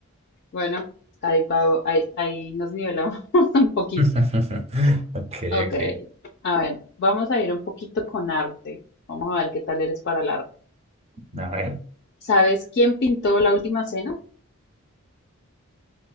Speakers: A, on the left; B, on the right.
A: Bueno, ahí, va- ahí, ahí nos nivelamos <laughs> un poquito.
B: <laughs> Ok,
A: Ok,
B: ok.
A: a ver, vamos a ir un poquito con arte. Vamos a ver qué tal eres para el arte.
B: A ver,
A: ¿Sabes quién pintó la última cena?